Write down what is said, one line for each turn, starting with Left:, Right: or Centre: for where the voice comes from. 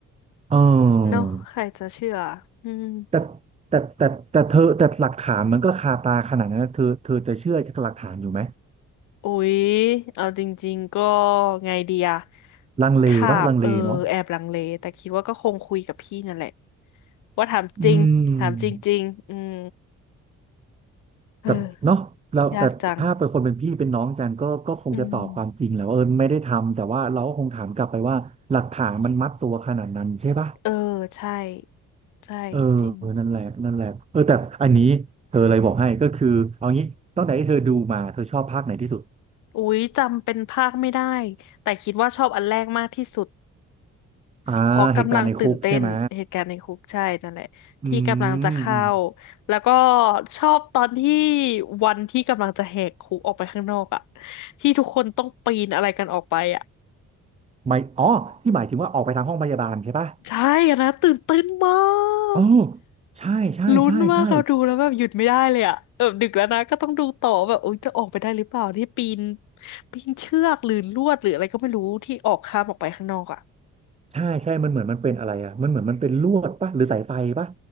Right: เออ
Left: เนาะใครจะเชื่ออืม
Right: แต่แต่แต่แต่เธอแต่หลักฐานมันก็คาตาขนาดนั้นนะเธอเธอจะเชื่อจากหลักฐานอยู่ไหม
Left: อุ๊ย เอาจริงๆก็ไงดีอะ
Right: ลังเลปะลังเลเนาะ
Left: ถามเออแอบลังเลแต่คิดว่าก็คงคุยกับพี่นั่นแหละว่าถามจริงถามจริงๆอืม
Right: อืม
Left: เอ
Right: แต่เนาะเราแต่ถ้าเป็นคนเป็นพี่เป็นน้องกันก็ก็คงจะตอบความจริงแหละว่าเออไม่ได้ทำแต่ว่าเราก็คงถามกลับไปว่าหลักฐานมันมัดตัวขนาดนั้นใช่ปะ
Left: อยากจังอืมเออใช่ใช่จริง
Right: เออนั่นแหละนั่นแหละเออแต่อันนี้เธอเลยบอกให้ก็คือเอางี้ตั้งแต่ที่เธอดูมาเธอชอบภาคไหนที่สุด
Left: อุ๊ยจำเป็นภาคไม่ได้แต่คิดว่าชอบอันแรกมากที่สุด
Right: อ่าเหตุการณ์ในคุกใช่ไหม
Left: เพราะกำลังตื่นเต้นเหตุการณ์ในคุกใช่นั่นแหละที่กำลังจะเข้า
Right: อืมอืม
Left: แล้วก็ชอบตอนที่วันที่กำลังจะแหกคุกออกไปข้างนอกอะที่ทุกคนต้องปีนอะไรกันออกไปอะ
Right: ไม่อ๋อที่หมายถึงว่าออกไปทางห้องพยาบาลใช่ปะ
Left: ใช่อะนะตื่นเต้นมา
Right: อ๋อ
Left: ก
Right: ใช่ใช่ใช่ใช่
Left: ลุ้นมากเราดูแล้วแบบหยุดไม่ได้เลยอะแบบดึกแล้วนะก็ต้องดูต่อแบบโอ๊ยจะออกไปได้หรือเปล่าที่ปีนปีนเชือกหรือลวดหรืออะไรก็ไม่รู้ที่ออกข้ามออกไปข้างนอกอะ
Right: ใช่ใช่มันเหมือนมันเป็นอะไรอ่ะมันเหมือนมันเป็นลวดปะหรือสายไฟปะ